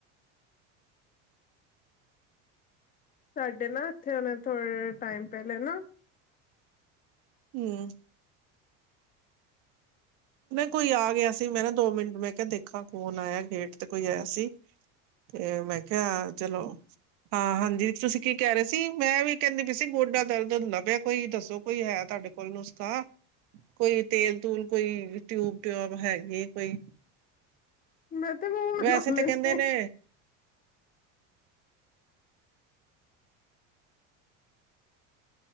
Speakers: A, on the left; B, on the right.
A: ਸਾਡੇ ਨਾ ਇੱਥੇ ਹੁਣੇ ਥੋੜੇ ਟਾਈਮ ਪਹਿਲੇ ਨਾ
B: ਹਮ। ਕੋਈ ਨ ਆ ਗਿਆ ਸੀ ਮੈਂ ਨਾ ਦੋ ਮਿੰਟ ਮੈਂ ਕੇ ਦੇਖਾ ਕੋਨ ਆਇਆ ਏ ਗੇਟ ਤੈ ਤੇ ਕੋਈ ਆਯਾ ਸੀ ਤੇ ਮੈਂ ਕਿਹਾ ਚਲੋ ਹਾਂ ਹਾਂਜੀ ਤੁਸੀਂ ਕੀ ਕਹਿ ਰਹੇ ਸੀ ਮੈਂ ਵੀ ਕਹਿੰਦੀ ਪਈ ਸੀ ਗੋਡਾ ਦਰਦ ਹੁੰਦਾ ਪਿਆ ਕੋਈ ਦੱਸੋ ਕੋਈ ਹੈ ਤੁਹਾਡੇ ਕੋਲ ਨੁਸਖਾ ਕੋਈ ਤੇਲ ਤੂਲ। ਕੋਈ ਟਿਊਬ ਟਓਬ ਹੈਗੀ। ਏ ਕੋਈ
A: ਮੈਂ ਤੇ ਮੂਵ
B: ਵੈਸੇ
A: ਲਾ
B: ਤੇ
A: ਲੈਣੀ
B: ਕਹਿੰਦੇ
A: ਹਾਂ
B: ਨੇ